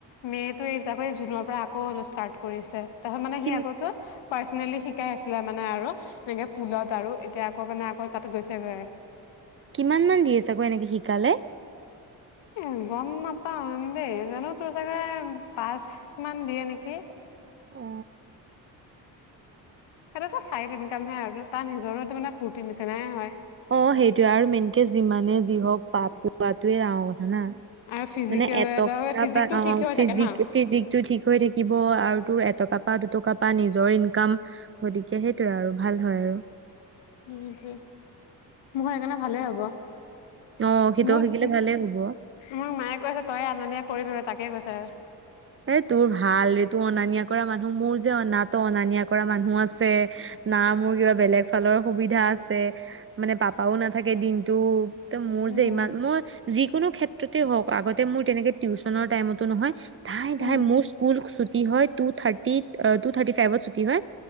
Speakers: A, on the left; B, on the right.
A: মে' টো আকৌ এই জুনৰ পৰা আকৌ জুনৰ পৰা আকৌ ষ্টাৰ্ট কৰিছে। তহত মানে
B: কি
A: সি আগতে পাৰ্চনেলি শিকাই আছিলে মানে আৰু এনেকে পুলত আৰু এতিয়া আকৌ আপুনি আকৌ তাত গৈছেগৈ।
B: কিমান মান দি আছে আকৌ এনেকে শিকালে।
A: এ গম নাপাও দেই জানো তোৰ চাগে পাঁচ মান দিয়ে নেকি।
B: অ
A: সেইটোতো চাইট ইনকামহে আৰু তাৰ নিজৰো সটো মানে ফূৰ্তি নিছে নাই হয়
B: অ সেইটোয়ে আৰু মেইন যিমানে যি হওক পাপ পোৱাাতোৱে ৰাও যানা
A: আৰু ফিজিকেল
B: মানে এটকা
A: এটা ফিজিকটো
B: প অ
A: ঠিক হৈ
B: ফিজিক
A: থাকে ন
B: ফিজিকটো ঠিক হৈ থাকিব আৰু তোৰ এটকা পা দুটকা পা নিজৰ ইনকাম গতিকে সেইটোয়ে আৰু ভাল হয় আৰু
A: উমিক মখৰ সেইকাৰণে ভালে হ'ব
B: অ সিটো
A: মোক
B: শিকিলে
A: মাক
B: ভালেই হ'ব।
A: মায়ে কৈ আছে তই আননিয় কৰিব তাকে কৈছে
B: এ তোৰ ভাল ৰে তোৰ অনা নিয়া কৰা মানুহ মোৰ যেনাো অনা নিয়া কৰা মানুহ আছে না মোৰ কিবা বেলেগ ফালৰ সুবিধা আছে মানে পাপাও নাথাকে দিনটো মোৰ
A: উম
B: যে ইমান মই যিকোনো ক্ষেত্ৰতে হওঁক আগতে মোৰ তেনেকে টিউচনৰ টাইমতো নহয়। ধাই ধাই
A: উম
B: মোৰ স্কুল ছুটী হয় টু থাৰ্টিত টু থাৰ্টি ফাইভত ছুটী হয়